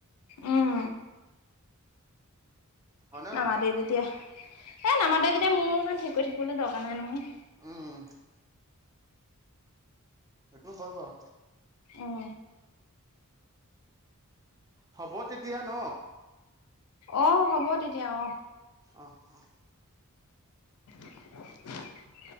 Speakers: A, on the left (about 80°); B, on the right (about 15°).
A: উম
B: হয়নে
A: নামাতে
B: নহয়
A: যেতিয়া এই নামাতে যেতিয়া মোৰো ইমান হেৰি কৰি থাকিবলৈ দৰকাৰ নাই নহয়
B: উম হেইটো হয় বাও
A: উম
B: হ'ব তেতিয়া ন
A: অ হ'ব তেতিয়া অ
B: অহ অ
A: <unintelligible>